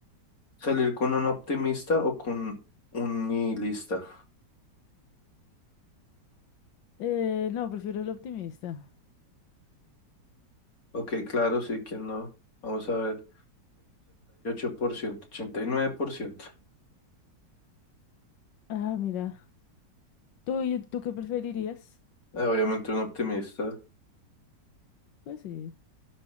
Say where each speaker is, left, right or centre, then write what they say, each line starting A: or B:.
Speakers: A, on the left; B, on the left.
A: ¿Salir con un optimista o con un nihilista?
B: Eh, no, prefiero el optimista.
A: Ok, claro, sí, ¿quién no? Vamos a ver. 88%, 89%.
B: Ah, mira. ¿Tú, y- tú qué preferirías?
A: Eh, obviamente un optimista.
B: Pues sí.